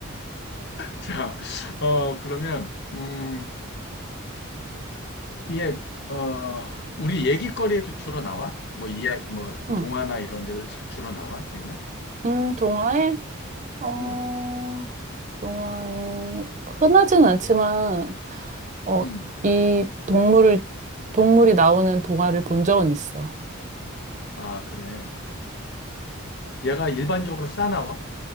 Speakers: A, on the left (about 50°); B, on the right (about 35°).
A: 자, 어, 그러면, 음, 이게, 어, 우리 얘기거리에도 주로 나와? 뭐, 이야기, 뭐,
B: 음,
A: 동화나 이런 데도 자- 주로 나와? 얘는?
B: 음, 동화에 어,
A: 응,
B: 동화에 흔하지는 않지만 어,
A: 음,
B: 이 동물을 동물이 나오는 동화를 본 적은 있어.
A: 아, 그래. 얘가 일반적으로 싸나와?